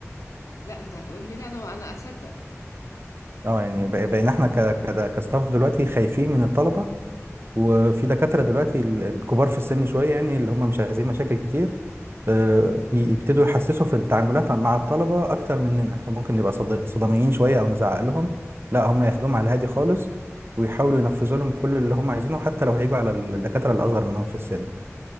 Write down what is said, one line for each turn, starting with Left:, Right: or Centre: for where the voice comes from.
Left: لا انت هتقول لي لا انا انا اصدق
Right: اه يعني بق- بقينا احنا ك... ك... كستاف دلوقتي خايفين من الطلبه وفي دكاتره دلوقتي ال- الكبار في السن شويه يعني اللي هم مش عايزين مشاكل كتير آه، بيبتدوا يحسسوا في التعاملات مع الطلبة أكتر مننا إحنا ممكن نبقى صد- صداميين شوية أو نزعق لهم لا هم ياخدوهم على الهادي خالص ويحاولوا ينفذوا لهم كل اللي هم عايزينه حتى لو هيجوا على الدكاترة اللي أصغر منهم في السن